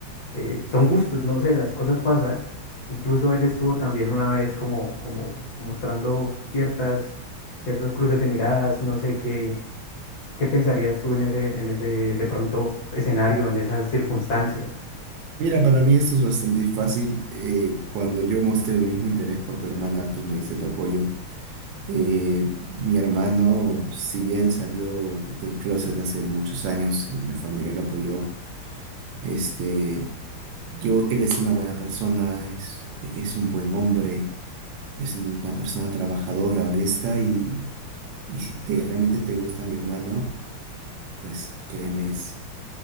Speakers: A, on the left; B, on the right.
A: eh, son gustos, no sé, las cosas pasan. Incluso él estuvo también una vez como, como mostrando ciertas, ciertos cruces de miradas, no sé qué. ¿Qué pensarías tú en ese, en ese de pronto escenario, en esas circunstancias?
B: Mira, para mí esto es bastante fácil. eh, cuando yo mostré el mismo interés por tu hermana, tú me diste tu apoyo. Eh, mi hermano, si bien salió del closet hace muchos años y mi familia lo apoyó, este, yo, él es una buena persona, es, es un buen hombre es una persona trabajadora, honesta y, y si te, realmente te gusta mi hermano, pues créeme, es